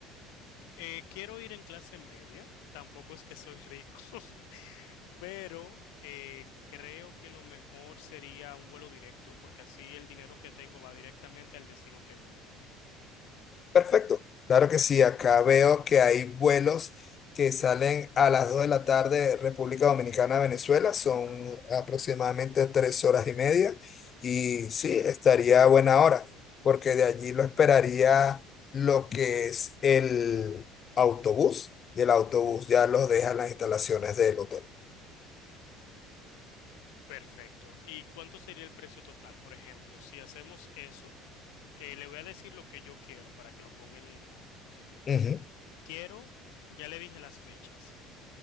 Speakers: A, on the left; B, on the left.
A: Eh, quiero ir en clase media, tampoco es que soy rico, <laughs> pero eh, creo que lo mejor sería un vuelo directo porque así el dinero que tengo va directamente al destino que voy.
B: Perfecto. Claro que sí, acá veo que hay vuelos que salen a las 2 de la tarde República Dominicana, Venezuela, son aproximadamente 3 horas y media y sí, estaría a buena hora, porque de allí lo esperaría lo que es el autobús y el autobús ya los deja en las instalaciones del hotel.
A: Perfecto. ¿Y cuánto sería el precio total? Por ejemplo, si hacemos eso, eh, le voy a decir lo que yo quiero para que lo ponga en un combo.
B: Ujú,
A: Quiero, ya le dije las fechas.